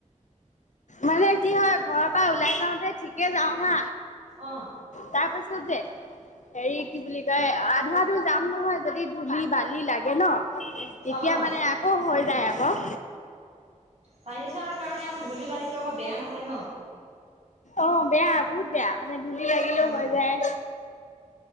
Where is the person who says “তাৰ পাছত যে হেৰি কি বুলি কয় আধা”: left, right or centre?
Left